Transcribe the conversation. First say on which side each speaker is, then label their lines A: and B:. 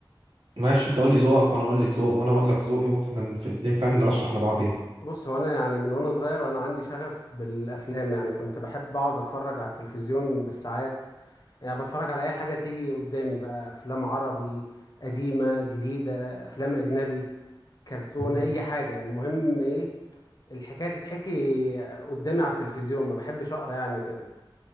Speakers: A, on the right (about 75°); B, on the left (about 50°).
A: ماشي انت قول لي ذوقك وانا اقول لي ذوق وانا اقول لك ذوقي واحنا في الاتنين فاهم نرشح
B: بص
A: لبعضينا
B: بص هو انا يعني من وانا صغير انا عندي شغف بالافلام يعني كنت بحب اقعد اتفرج على التلفزيون بالساعات يعني بتفرج على اي حاجه تيجي قدامي بقى افلام عربي قديمه جديده افلام اجنبي كرتون
A: مم.
B: اي حاجه المهم ايه الحكايه تتحكي قدامي على التلفزيون ما بحبش اقرا يعني وكده